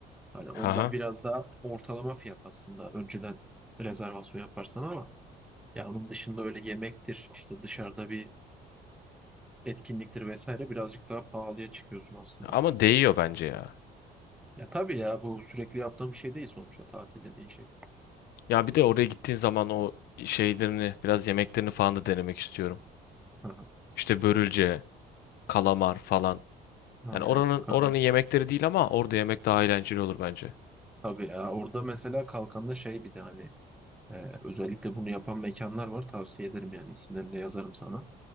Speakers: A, in the centre; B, on the left.
A: hani onlar
B: Haha.
A: biraz daha ortalama fiyat aslında. Önceden rezervasyon yaparsan ama ya onun dışında öyle yemektir, işte dışarıda bir etkinliktir vesaire birazcık daha pahalıya çıkıyorsun aslında.
B: Ama değiyor bence ya.
A: Ya tabii ya bu sürekli yaptığım bir şey değil sonuçta tatil dediğin şey.
B: Ya bir de oraya
A: Yani,
B: gittiğin zaman o şeylerini, biraz yemeklerini falan da denemek istiyorum.
A: aha,
B: İşte börülce, kalamar falan.
A: aynen
B: Yani oranın
A: kanka.
B: oranın yemekleri değil ama orada yemek daha eğlenceli olur bence.
A: Tabii ya orada mesela kalkanda şey bir de hani Ee, özellikle bunu yapan mekanlar var. Tavsiye ederim yani isimlerini de yazarım sana.